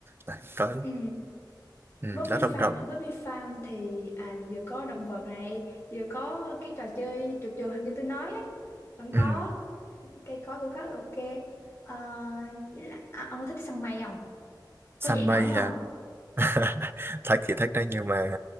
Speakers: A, on the right; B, on the left.
A: Đấy, có
B: Ừ.
A: ừ,
B: Bobby
A: nó rộng
B: Farm,
A: rộng
B: á. Bobby Farm thì à, vừa có động vật này, vừa có cái trò chơi trượt trượt hình như tôi nói á, vẫn
A: ừ,
B: có cây cối cũng khá là ok. Ờ, với là, à, ông có thích săn mây không?
A: săn
B: Có dậy nổi
A: mây
B: không?
A: à <laughs> thách thì thách đấy nhưng mà